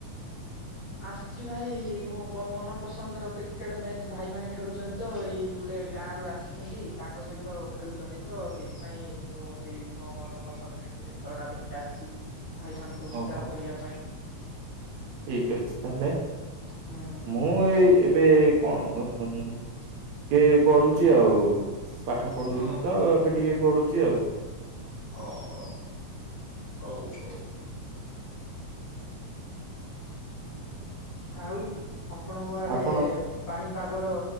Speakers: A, on the left; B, on the right.
A: ଆସିଛି ଭାଇ ମୋ ମନପସନ୍ଦର କ୍ରିକେଟ ମ୍ୟାଚ ଭାଇ ମନେ ଖେଳୁଛନ୍ତି। ତ ଏଇ ଗୋଟେ ଗାଁରୁ ଆସିଛନ୍ତି ତାଙ୍କ ସହିତ ଖେଳୁଛନ୍ତି ତ ସେଇଥିପାଇଁ ମୁଁ ସେଇ ମୋ ମନ ପସନ୍ଦ କ୍ରିକେଟ ଖେଳଟା ଦେଖି ଆସିଛି ଭାଇମାନାନଙ୍କୁ ଉତ୍ସାହ
B: ଓହୋ
A: କରିବା ପାଇଁ।
B: ଠିକ ଅଛି ତାହେଲେ
A: ହୁଁ।
B: ମୁଁ ଏଇ ଏବେ କଣ କିଏ ଗଢୁଛି ଆଉ ପାଠ ପଢୁଥିଲି
A: ହଁ ହଁ।
B: ତ ଏବେ ଟିକେ ଗଢୁଛି ଆଉ।
A: ହଁ ହୋ ହ ହଉ ହଉ ହଉ। ଆଉ ଆପଣଙ୍କ ଆଡେ
B: ଆପଣ
A: ପାଣିପାଗର